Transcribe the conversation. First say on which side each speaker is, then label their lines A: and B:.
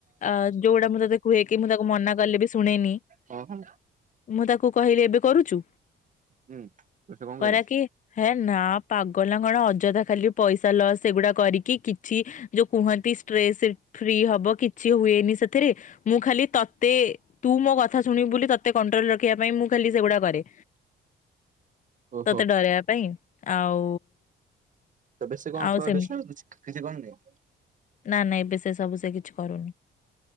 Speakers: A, on the left; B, on the right.
A: ଅ ଯୋଉଗୁଡା ମୁ କୁହେ କି, ମୁଁ ତାକୁ ମନା କଲି ବି ଶୁଣେନି।
B: ହଁ
A: ମୁଁ ତାକୁ କହିଲି ଏବେ କରୁଛୁ।
B: ହୁଁ ତ ସେ କଣ
A: କହିଲାକି
B: କହିଲା?
A: ହେ ନା ପାଗଲା କଣ ଅଯଥା ଖାଲି ପଇସା ଲସ୍ ସେଗୁଡା କରିକି କିଛି ଯୋଉ କୁହନ୍ତି ଷ୍ଟ୍ରେସ୍ ଫ୍ରି ହବ କିଛି ହୁଏନି ସେଥିରେ ମୁଁ ଖାଲି ତେ ତୁ ମୋ କଥା ଶୁଣିବୁ ବୋଲି ତତେ କଣ୍ଟ୍ରୋଲ ରଖିବା ପାଇଁ ମୁଁ ଖାଲି ସେଗୁଡା କରେ
B: ଓହୋ।
A: ତତେ ଡରାଇବା ପାଇଁ ଆଉ
B: ତ ବେଶୀ କଣ
A: ଆଉ
B: ତମେ
A: ସେମତି।
B: ବେଶୀ କିଛି କଣନାଇଁ
A: ନା ନା ଏବେ ସେ ସବୁ ସେ କିଛି କରୁନି